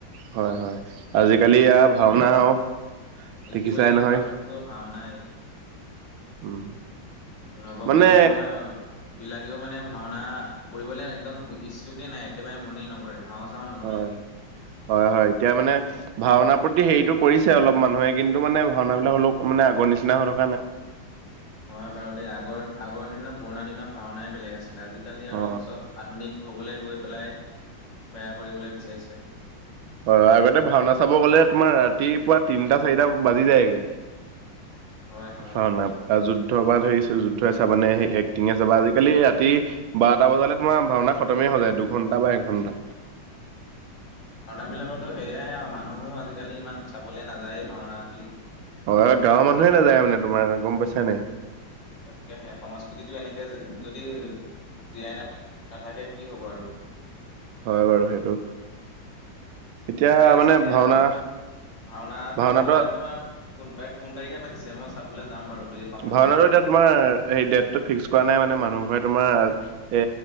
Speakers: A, on the right; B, on the left.
A: হয়, হয়। আজি আজিকালি
B: ঠিকে
A: ভাওনা
B: আছে
A: আৰু
B: দেখিবলে
A: দেখিছাই
B: নোপোৱা
A: নহয়।
B: হৈছো ভাওনা
A: উম!
B: নৱ
A: মানে
B: প্ৰজন্মই বিলাকেও মানে, ভাওনা কৰিবলৈ একদম ইচ্ছুকে নাই। একেবাৰে মনেই নকৰে। ভাও চাও নলয়।
A: হয়, হয়, হয়। এতিয়া মানে, ভাওনা প্ৰতি হেৰিটো কৰিছে অলপ মানুহে। কিন্তু মানে, ভাওনা বিলাক হ'লেও মানে, আগৰ নিচিনা হ'
B: হয় বাৰু দেই। আগৰ, আগৰ দিনৰ, পুৰণা দিনৰ ভাওনাই বেলেগ আছে। আজিকালি আৰু
A: অ
B: চব আধুনিক। হবলৈ গৈ পেলাই, বেয়া কৰিবলৈ বিচাৰিছে।
A: অ'! আগতে ভাওনা চাব গ'লে, তোমাৰ ৰাতিপুৱা তিনটা, চাৰিটা বাজি যায়গে।
B: হয় হয়।
A: ভাওনা যুদ্ধৰ পৰা ধৰিছোঁ। যুদ্ধ চাবানে সেই এক <unintelligible> চাবা। আজিকালি ৰাতি, বাৰটা বজালে তোমাৰ ভাওনা খতমেই হৈ যায়, দুঘণ্টা বা একঘণ্টা।
B: এইবিলাকতো সেয়াই আৰু মানুহো আজিকালি ইমান চাবলৈ নাযায় ভাওনা বুলি।
A: অ'! গাঁৱৰ মানুহে নাযায় মানে, তোমাৰ গম পাইছা নাই।
B: তাকেহে, সংস্কৃতিটো এনেকে যদি জীয়াই নাথ, নাথাকে কি হ'ব আৰু।
A: হয় বাৰু সেইটো। এতিয়া
B: ঠিকেই আছোঁ
A: মানে
B: দিয়া।
A: ভাওনা
B: ভাওনাাটো
A: ভাওনাটো
B: মই, তোমাৰ কোন তাৰিখ, কোন তাৰিখে পাতিছে মই চাবলৈ যাম বাৰু। যদি সময়
A: ভাওনাটো
B: ওলাই
A: এতিয়া তোমাৰ, এই ডেটো ফিক্স হোৱা নাই মানে। মানুহ বোৰে তোমাৰ এ,